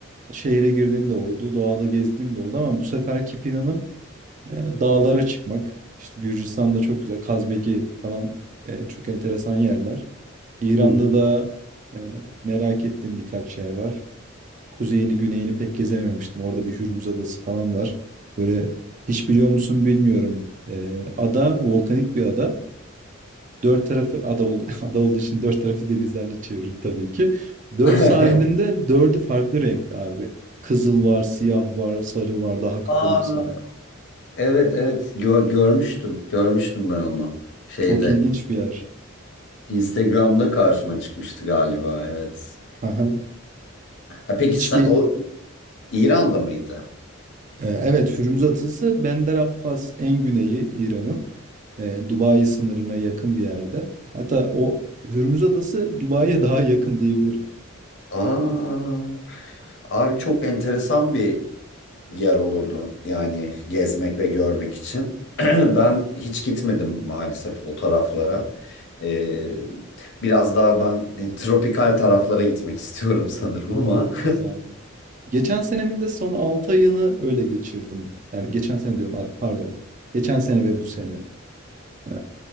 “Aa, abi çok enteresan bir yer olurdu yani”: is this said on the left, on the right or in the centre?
Left